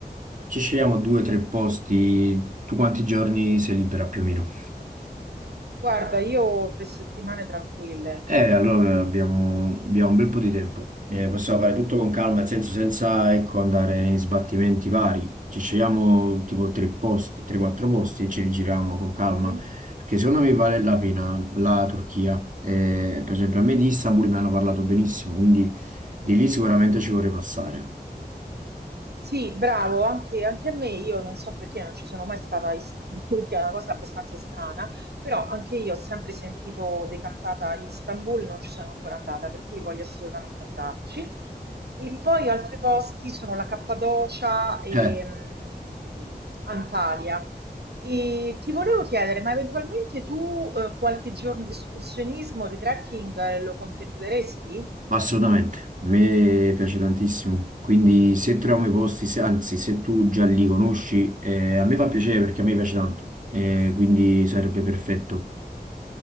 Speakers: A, on the right (about 50°); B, on the right (about 80°).
A: ci scegliamo due o tre posti. Tu quanti giorni sei libera più o meno?
B: guarda, io ho tre settimane tranquille.
A: Eh, allora abbiamo, abbiamo un bel po' di tempo. Eh, possiamo fare tutto con calma, nel senso senza, ecco, andare in sbattimenti vari. Ci scegliamo tipo tre posti, 3-4 posti e ce li giriamo con calma.
B: Mhm.
A: Perché secondo me vale la pena la Turchia. Eh, per esempio, a me di Istanbul mi hanno parlato benissimo, quindi di lì sicuramente ci vorrei passare.
B: Sì, bravo, anche, anche a me, io non so perché non ci sono mai stata a Istanbul, <laughs> che è una cosa abbastanza strana, però anche io ho sempre sentito decantata Istanbul, non ci sono ancora andata, per cui voglio assolutamente andarci. E poi altri posti sono la Cappadocia e
A: Eh,
B: mm, Antalya. E ti volevo chiedere, ma eventualmente tu eh, qualche giorno di escursionismo, di trekking, eh, lo contempleresti?
A: Assolutamente, a me piace tantissimo, quindi se troviamo i posti, se- anzi se tu già li conosci, eh, a me fa piacere perché a me piace tanto, eh, quindi sarebbe perfetto.